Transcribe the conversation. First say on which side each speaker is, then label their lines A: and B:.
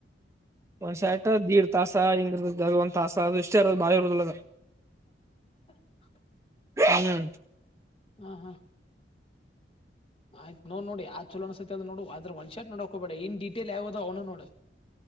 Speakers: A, on the right; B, on the left.
A: ಒಂದ್ ಶೈಟ್ ದೀಡ್ ತಾಸ ಹಿಂಗ ಇರ್ದ ಅದ ಒಂದ್ ತಾಸ ಅದು ಇಷ್ಟೇ ಇರೋದು ಬಾಳ ಇರುದಿಲ್ಲ
B: ಹ <inaudible>
A: ಹ <unintelligible>
B: ಹಾ ಹಾ ಆಯ್ತ್ ನೋಡ್ ನೋಡಿ ಯ ಚೋಸ ಸತದ ನೋ ಅ ಆದ್ರ ಒಂದ್ ಸಟ್ ನೋಡಕ ಹೋಬೇಡ ಇನ್ ಡಿಟೇಲ್ ಯಾವದ ಅವನು ನೋಡ